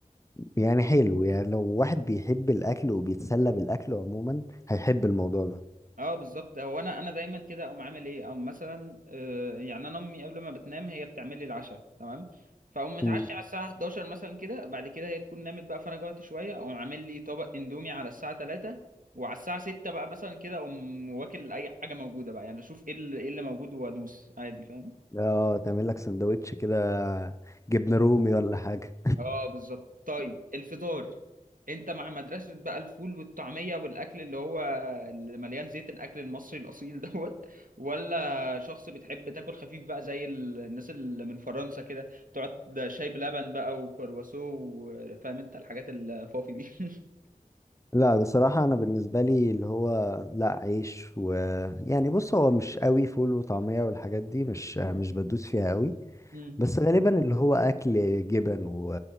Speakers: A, on the left; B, on the right.
A: يعني حلو يعني لو واحد بيحب الأكل وبيتسلى بالأكل عموما هيحب الموضوع
B: اه بالظبط هو انا انا دايما كده اقوم عامل ايه او مثلا آه، يعني انا امي قبل ما بتنام هي بتعمل لي العشاء تمام فاقوم متعشي
A: ده
B: على الساعه 11 مثلا كده بعد كده هي تكون نامت بقى فانا جوعت شويه اقوم عامل لي طبق اندومي على الساعه 3 وعلى الساعه 6 بقى مثلا كده اقوم واكل اي حاجه موجوده بقى يعني اشوف ايه اللي, إيه اللي موجود وادوس عادي فاهم
A: اه تعمل لك سندوتش كده جبنة رومي ولا حاجة
B: اه بالظبط طيب الفطار انت مع مدرسة بقى الفول والطعمية والاكل اللي هو اللي مليان زيت الاكل المصري الاصيل <laughs> دوت ولا شخص بتحب تاكل خفيف بقى زي ال- الناس اللي من فرنسا كده تقعد شاي بلبن بقى وكرواسو و- فاهم انت الحاجات الفافي دي <laughs>
A: لا بصراحة أنا بالنسبة لي اللي هو لا عيش و يعني بص هو مش قوي فول وطعمية والحاجات دي مش مش بدوس فيها قوي
B: مم.
A: بس غالبا اللي هو أكل جبن و...